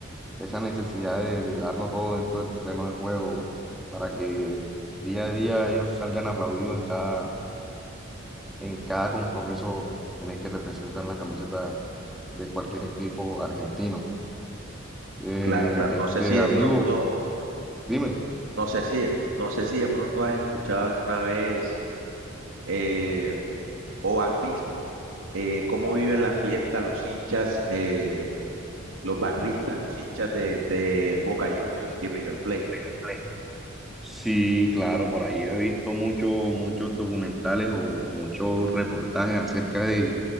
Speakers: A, in the centre; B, on the right.
A: esa necesidad de, de darlo todo dentro del terreno de juego para que día a día ellos salgan aplaudidos en cada, en cada compromiso en el que representan la camiseta de cualquier equipo argentino. Eh,
B: Claro, claro.
A: este
B: No sé si de
A: amigo,
B: pronto,
A: dime.
B: no sé si, no sé si de pronto has escuchado alguna vez eh, o has visto eh, cómo viven la fiesta los hinchas, eh, los barristas, los hinchas de, de Boca Juniors y River Plate.
A: River Plate. Sí, claro, por ahí he visto muchos muchos documentales o, o muchos reportajes acerca de,